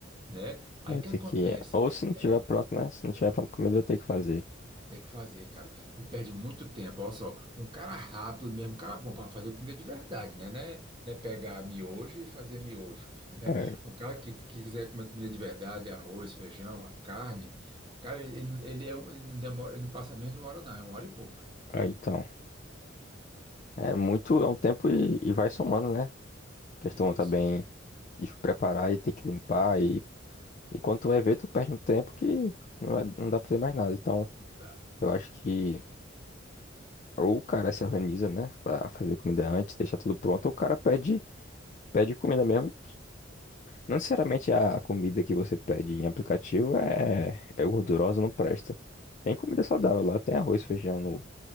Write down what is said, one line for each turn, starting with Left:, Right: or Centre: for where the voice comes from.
Right: né? Aí
Left: vai
Right: o que
Left: ter
Right: acontece?
Left: que. Ou se não tiver
Right: É,
Left: pronto, né? Se não tiver pronto comida, vai ter que fazer.
Right: tem que fazer, cara. E perde muito tempo. Olha só, um cara rápido mesmo, um cara bom para fazer comida de verdade, né? Né, né pegar miojo e fazer miojo, <laughs> né?
Left: É,
Right: Um cara que, que quiser comer comida de verdade, arroz, feijão, a carne, cara, ele, ele, é um- ele demora, ele não passa menos de uma hora, não, é uma hora e pouca.
Left: é, então. É,
Right: né?
Left: é muito, é um tempo e, e vai somando, né? A
Right: Isso,
Left: questão tá bem
Right: isso.
Left: de preparar e tem que limpar. E, e quando tu vai ver, tu perde um tempo que não, vai- não dá pra fazer mais nada. Então,
Right: Tá.
Left: eu acho que. Ou o cara se organiza, né, pra fazer comida antes, deixar tudo pronto, ou o cara pede, pede comida mesmo. Não necessariamente a comida que você pede em aplicativo é, é gordurosa, não presta. Tem comida saudável lá, tem arroz, feijão no,